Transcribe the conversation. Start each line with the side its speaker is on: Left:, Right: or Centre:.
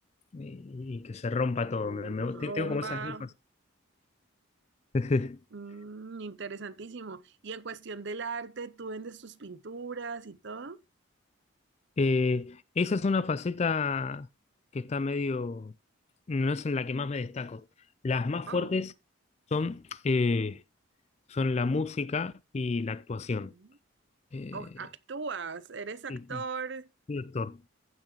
Left: y- y que se rompa
Right: Mm,
Left: todo. Me- me-
Right: Rumba.
Left: te- tengo como esas dos facetas. <laughs>
Right: mm, interesantísimo. Y en cuestión del arte, ¿tú vendes tus pinturas y todo?
Left: Eh, esa es una faceta que está medio, no es en la que más me destaco. Las más
Right: Oh.
Left: fuertes son, eh, son la música y la actuación.
Right: ujú.
Left: Eh,
Right: O- actúas, eres actor
Left: Sí, sí, soy actor,